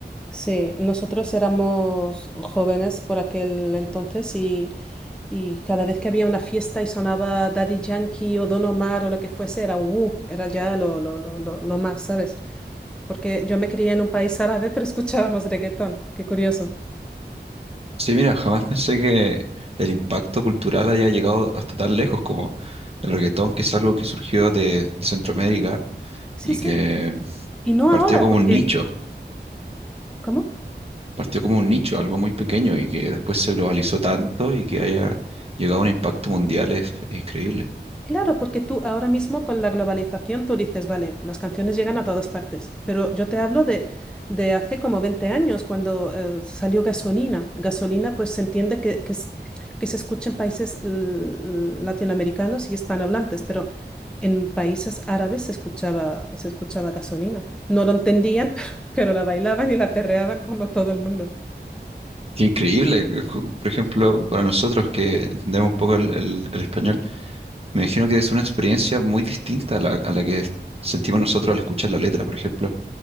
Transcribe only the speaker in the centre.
Sí, nosotros éramos jóvenes por aquel entonces y, y cada vez que había una fiesta y sonaba Daddy Yankee o Don Omar o lo que fuese, era uh, era ya lo, lo, lo, lo, lo más, ¿sabes? Porque yo me crié en un país árabe, <laughs> pero escuchábamos reggaetón. Qué curioso.
Sí,
sí.
Y no
ahora,
porque...
¿Cómo?
Claro, porque tú ahora mismo con la globalización tú dices, vale, las canciones llegan a todas partes, pero yo te hablo de, de hace como 20 años, cuando eh, salió Gasolina. Gasolina, pues se entiende que, que, es- que se escucha en países l- latinoamericanos y hispanohablantes, pero en países árabes se escuchaba, se escuchaba Gasolina. No lo entendían, <laughs> pero la bailaban y la perreaban como todo el mundo.